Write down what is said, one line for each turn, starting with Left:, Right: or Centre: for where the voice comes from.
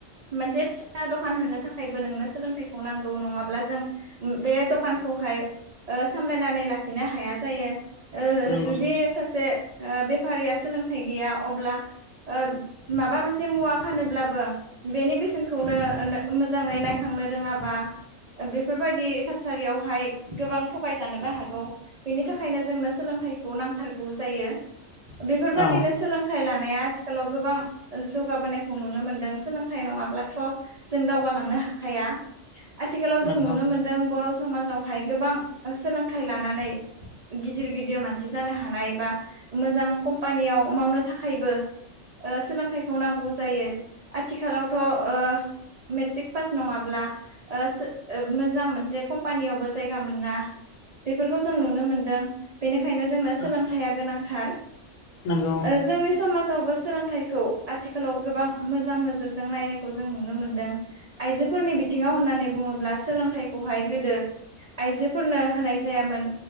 Right: मोनसे फिसा दखान होनो था खायबो नोंनो सोलोंथाइखौ नांगौ नङाब्ला जों बे दखानखौहाय। ओ सामलायनानै लाखिनो हाया जायो ओ
Left: नंगौ
Right: जुदि सासे। ओ बेफारिया सोलोंथाइ गैया अब्ला। ओब माबा मोनसे मुवा फानोब्लाबो बेनि बेसेनखौनो <unintelligible> जाङै नायखांनो रोङाबा। ओब बेफोरबायदि थासारियावहाय गोबां थगायजानोबो हागौ बेनि थाखायनो जोंनो सोलों थाइखौ नांथारगौ जायो बेफोरबायदिनो
Left: औ
Right: सोलोंथाइ लानाया थिखालाव गोबां जौगाबोनायखौ नुनो मोनदों सोलोंथाइ नङाब्लाथ' जों दाव गालांनो हाखाया आथिखालाव जों
Left: नंगौ
Right: नुनो मोनदों बर' समाजाव फाय गोबां सोलोंथाइ लानानै। गिदिर गिदिर मानसि जानो हानाय बा मोजां कम्पानियाव मावनो थाखायबो। ओ सोलोंथाइखौ नांगौ जायो आथिखालावथ' ओ। मेट्रिक पास नंङाब्ला ओ सो ओब मोजां मोनसे कम्पानियावबो जायगा मोनना। बेफोरखौ जों नुनो मोनदों बेनिखायनो जोंनो सोलोंथाइया
Left: औ
Right: गोनांथार। ओ
Left: नंगौ
Right: जोंनि समाजावबो सोलोंथाइखौ आथिखालाव गोबां मोजां नोजोरजों नायनायखौ जों नुनो मोनदों। आइजोफोरनि बिथिङाव होननानै बुङोब्ला सोलोंथाइखौहाय गोदो। आइजोफोरनो होनाय जायामोन